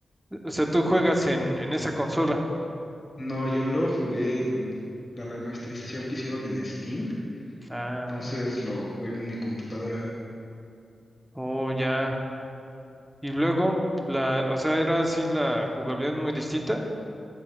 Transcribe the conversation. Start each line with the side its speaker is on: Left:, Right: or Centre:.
Centre: o sea, tú juegas en, en esa consola.
Left: no, yo lo jugué en la remasterización que hicieron en Steam,
Centre: Ah,
Left: entonces lo jugué en mi computadora.
Centre: Oh, ya. Y luego, la, o sea, era así la jugabilidad muy distinta.